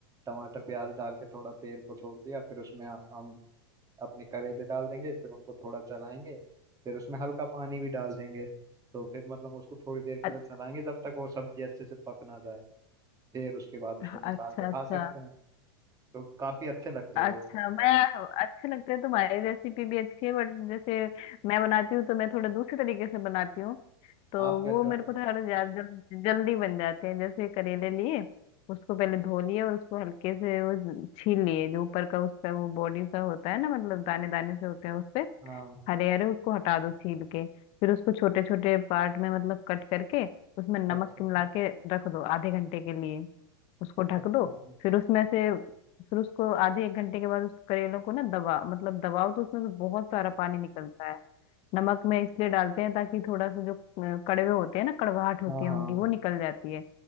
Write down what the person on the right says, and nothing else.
टमाटर प्याज डाल के थोड़ा तेल को छोड़ दिया फिर उसमें हम अपने करेले डाल देंगे फिर उनको थोड़ा चलाएंगे फिर उसमें हल्का पानी भी डाल देंगे तो फिर मतलब उसको थोड़ी देर
के लिए चलाएंगे जब तक वो सब्जी अच्छे से पक ना जाए फिर उसके बाद उसको
निकाल के खा
सकते हैं तो काफी अच्छे लगते
हैं वो करेले।
आप कैसे
बनाते
हो
हाँ
अच्छा
अच्छा
हाँ
हाँ